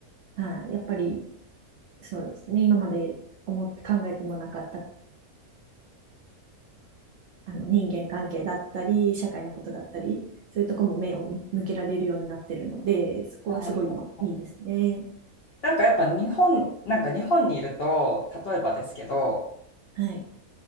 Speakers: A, on the right; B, on the left.
A: はい。やっぱりそうですね。今まで思って考えてもなかったあの、人間関係だったり、社会のことだったり、そういうとこも目をみ向けられるようになってるので、そこはすごいいいですね。
B: あーなんかやっぱ日本、なんか日本にいると、例えばですけど、
A: はい。